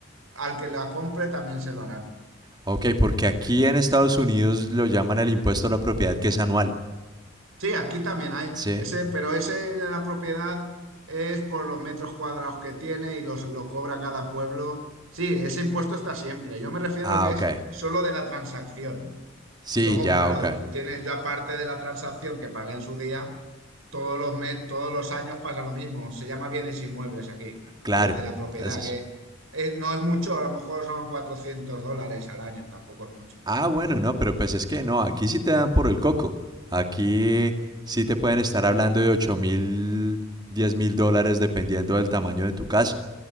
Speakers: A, on the right (about 85°); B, on the right (about 20°).
A: al que la compre también se lo harán.
B: Ok, porque aquí en Estados Unidos lo llaman el impuesto a la propiedad que es anual.
A: Sí, aquí también hay
B: ¿Sí?
A: ese, pero ese de la propiedad es por los metros cuadrados que tiene y los, lo cobra cada pueblo. Sí, ese impuesto está siempre. Yo me refiero
B: Ah,
A: a lo que
B: ok.
A: es solo de la transacción.
B: Sí,
A: Luego,
B: ya,
A: claro,
B: ok.
A: tú tienes, yo aparte de la transacción que pagué en su día, todos los mes, todos los años pasa lo mismo. Se llama bienes inmuebles aquí,
B: Claro.
A: que es de la propiedad,
B: Es
A: que es- no es mucho, a lo mejor son 400 dólares al año, tampoco es mucho.
B: Ah, bueno, no, pero pues es que no, aquí sí te dan por el coco. Aquí sí te pueden estar hablando de ocho mil, diez mil dólares dependiendo del tamaño de tu casa.